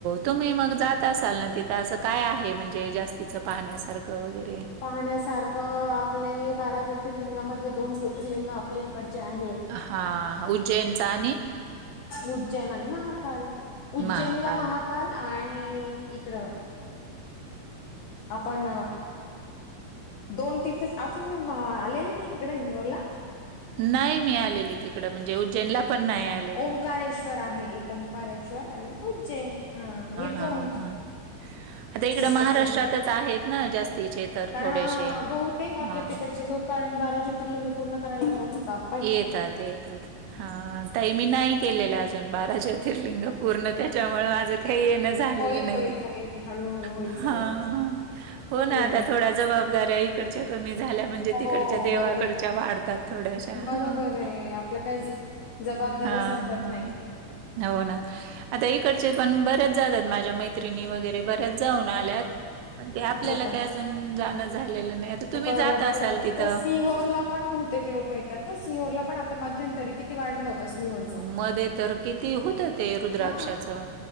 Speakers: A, on the right; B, on the left.
A: तुम्ही मग जात असाल ना तिथं असं काय आहे म्हणजे जास्तीच पाहण्यासारखं वगैरे.
B: पाहण्यासारखं आपले बारा ज्योतिर्लिंगामधले दोन ज्योतिर्लिंग आपल्या इकडचे आहेत.
A: हां उज्जैनचा आणि
B: उज्जैन आणि महाकाल उज्जैनला
A: महाकाल
B: महाका- काल आणि इकडं आपण दोन तिथच आ तुम्ही आलेले नाही इकडं इंदोरला?
A: नाही मी आलेली तिकडं म्हणजे उज्जैनला पण नाही आले.
B: ओंकारेश्वर आहे एक ओंकारेश्वर आणि एक उज्जैन हा हे दोन.
A: हा हा आता इकडं
B: तीर्थक्षेत्र
A: महाराष्ट्रातच आहेत ना जास्तीचे तर
B: कारण
A: थोडेसे
B: बहुतेक आपल्या
A: हा
B: तिकडचे लोक कारण बारा ज्योतिर्लिंग पूर्ण करायला ला तो काम-
A: येतात येतात हा ताई मी नाही केलेलं अजून बारा ज्योतिर्लिंग. ज्योतिर्लिंग पूर्ण त्याच्यामुळे माझं काही येणं झालेलं
B: होईल
A: नाही.
B: होईल होईल हळूहळू होईल
A: हां,
B: सगळं.
A: हां. हो ना
B: वेळ
A: आता
B: लागतो.
A: थोड्या जबाबदाऱ्या इकडच्या कमी झाल्या. म्हणजे
B: हो
A: तिकडच्या देवाकडच्या
B: बरोबर.
A: वाढतात थोड्याशा
B: बरोबर
A: ह-
B: आहे आपल्या काय जबाबदाऱ्या
A: हा
B: संपत नाही
A: होऊ ना आता इकडचे पण बऱ्याच जातात माझ्या मैत्रिणी, वगैरे बऱ्याच जाऊन आल्यात. पण ते आपल्याला
B: हो का.
A: काही अजून जाणं झालेलं नाही. आता तुम्ही
B: परत
A: जात असाल
B: इथं
A: तिथं-
B: सिहोरला पण बहुतेक लोक येतात ना सिहोरला पण आता मध्यंतरी किती वाढलं होतं सिहोर चं
A: मध्येतर किती. होतं ते रुद्राक्षाचं.
B: हा